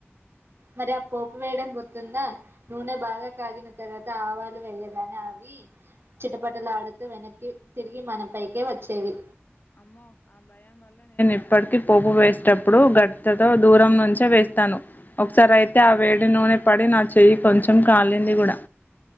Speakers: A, on the right; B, on the left.
A: మరి ఆ పోపు వేయడం గుర్తుందా నూనె బాగా కాగిన తర్వాత ఆవాలు వేయగానే అవి చిటపటలాడుతూ వెనక్కి తిరిగి మన పైకే వచ్చేవి
B: ఇప్పటికి పోప్పు వేసేటప్పుడు గ తో దూరం నుంచే వేస్తాను ఒకసారి అయితే ఆ వేడి నూనె పడి నా చెయ్యి కొంచెం కాలింది కూడా